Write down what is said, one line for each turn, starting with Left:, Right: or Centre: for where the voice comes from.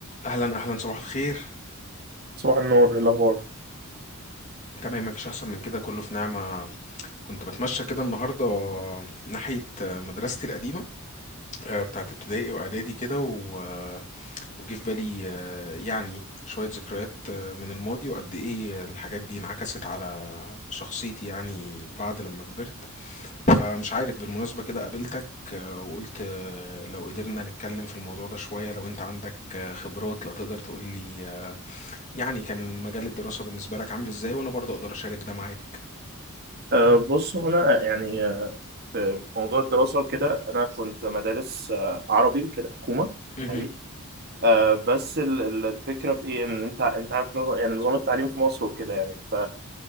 Left: اهلا اهلا صباح الخير
Right: صباح النور إيه الأخبار
Left: تمام مفيش احسن من كده كله في نعمه كنت بتمشى كده النهارده ناحيه مدرستي القديمه آه، بتاعت ابتدائي واعدادي كده و- وجه في بالي آه، يعني شويه ذكريات آه، من الماضي وقد ايه الحاجات دي انعكست على شخصيتي يعني بعد لما كبرت فمش عارف بالمناسبه كده قابلتك آه، وقلت آه، لو قدرنا نتكلم في الموضوع ده شويه لو انت عندك آه، خبرات لا تقدر تقولي يعني كان مجال الدراسة بالنسبة لك عامل ازاي وانا برضه اقدر اشارك ده معاك
Right: أه بص أنا يعني آه، في موضوع الدراسة كده أنا كنت مدارس آه، عربي كده حكومة
Left: مهم.
Right: عادي أه بس ال- ال- الفكرة في إيه إن أنت أنت عارف نظام يعني نظام التعليم في مصر وكده يعني ف